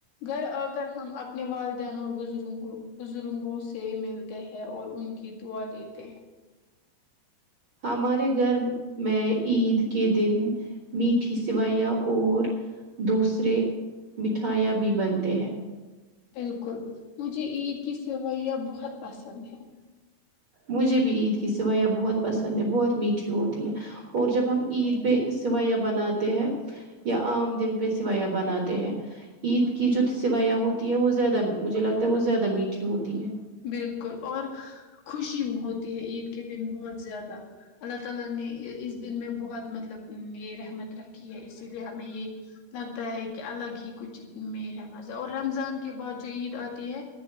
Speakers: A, on the left; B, on the right.
A: گھر آ کر ہم اپنے والدین اور بزرگ بزرگوں سے ملتے ہیں اور ان کی کہ دعا لیتے ہے
B: ہمارے گھر میں عید کے دن میٹھی سویاں اور دوسرے مٹھائیاں بھی بنتے ہیں
A: بالکل مجھے عید کی سوئیاں بہت پسند ہیں
B: مجھے بھی عید کی سویاں بہت پسند ہیں بہت میٹھی ہوتی ہیں اور جب ہم
A: ہوں،
B: عید پہ سیویاں بناتے ہیں یا عام دن پہ سیویاں بناتے ہیں عید کی جو سویاں ہوتی ہے وہ زیادہ مجھے لگتا ہے وہ زیادہ میٹھی ہوتی ہے
A: بالکل اور خوشی ہوتی ہے عید کے دن بہت زیادہ اللہ تعالی نے اس دن میں بہت مطلب یہ رحمت رکھی ہے اسی لیے ہمیں یہ لگتا ہے کہ الگ ہی کچھ میں ہے مزہ اور رمضان کے بعد جو عید آتی ہے